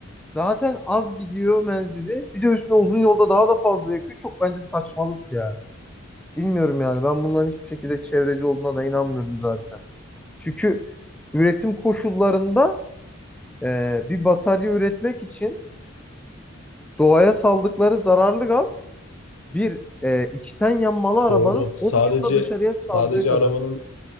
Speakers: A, in the centre; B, on the left (about 85°).
A: zaten az gidiyor menzili. Bir de üstüne uzun yolda daha da fazla yakıyor. Çok bence saçmalık ya. Bilmiyorum yani. Ben bunların hiçbir şekilde çevreci olduğuna da inanmıyorum zaten. Çünkü üretim koşullarında e, bir batarya üretmek için Doğaya saldıkları zararlı gaz bir e, içten yanmalı arabanın
B: Doğru. Sadece
A: 10 yılda dışarıya saldığı
B: sadece
A: kadar.
B: arabanın